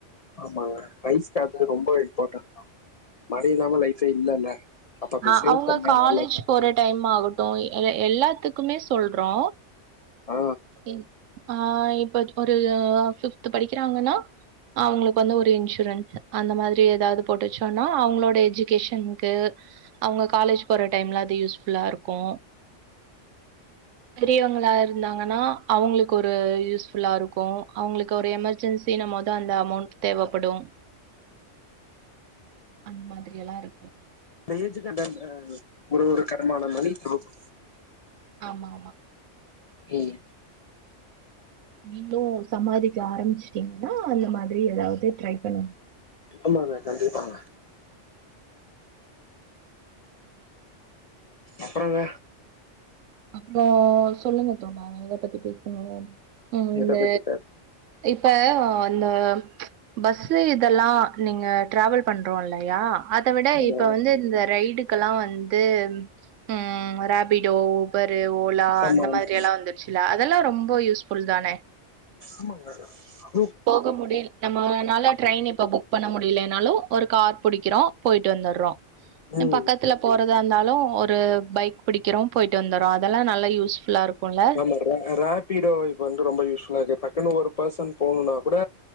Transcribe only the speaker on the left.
ஆமா ரைஸ்க்கு அது ரொம்போ இம்பாட்டன்ட் தா. மழ இல்லாம லைஃபே இல்லல்ல. அப்ப அத
சேவ்
பண்ண
நல்லது
ஆ
<unintelligible>
ந்த ஏஜுக் கர்ட்டா இந்த அ ஒரு ஒரு கரமானம் மளிக செலவு
ம்.
ஆமாங்க கண்டிப்பாங்க. அப்பறங்க?
எத பத்தி பேச
ஹலோ
ஆமா
ஆமா
ஆமங் <inaudible>
ம்
ர ரேபிடோ இப்போ வந்து ரொம்ப யூஸ்ஃபுல்லாக்கு டக்குனு ஒரு பெசன் போணுன்னா கூட